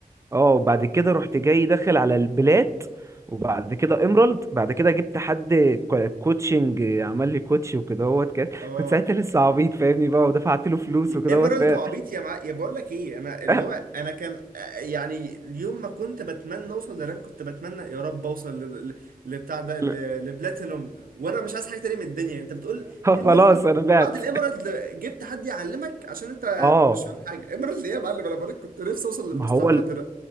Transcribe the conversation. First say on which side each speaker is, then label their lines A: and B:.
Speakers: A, on the right (about 20°); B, on the right (about 80°).
A: اه وبعد كده رحت جاي داخل على البلات وبعد كده ايمرالد بعد كده جبت حد كو- كوتشنج عمل لي كوتش وكده هوت كان-
B: اه
A: كنت ساعتها لسه عبيط فاهمني بقى ودفعت له فلوس وكده
B: ايمرالد
A: هوت فا-
B: وعبيط يا مع... يا بقول لك ايه انا اللي
A: آه،
B: هو انا كان آه، يعني اليوم ما كنت بتمنى اوصل لرانك كنت بتمنى يا رب اوصل ل... ل... لبتاع ده
A: <laughs>
B: ل... لبلاتينوم وانا مش عايز حاجه تانية من الدنيا انت بتقول ايمرالد
A: خلاص انا بعت
B: وبعد الايمرالد جبت حد يعلمك عشان انت
A: اه
B: مش فاهم حاجه ايمرالد ايه يا معلم انا بقول لك كنت نفسي اوصل
A: ما
B: للمستوى
A: هو
B: اللي
A: ال-
B: قبل ده